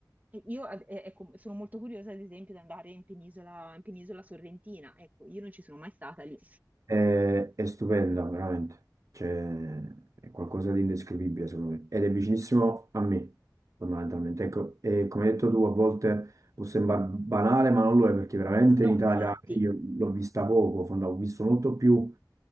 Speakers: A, on the right; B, on the right.
A: io ad- eh, ecco, sono molto curiosa, ad esempio, di andare in penisola, in penisola sorrentina. Ecco, io non ci sono mai stata lì.
B: È, è stupenda, veramente. Cioè, è qualcosa di indescrivibile, secondo me. Ed è vicinissimo a me, fondamentalmente. Ecco, e come hai detto tu, a volte può sembrare banale, ma non lo è, perché veramente
A: No,
B: in Italia
A: infatti,
B: anche io l'ho vista poco, fonda- ho visto molto più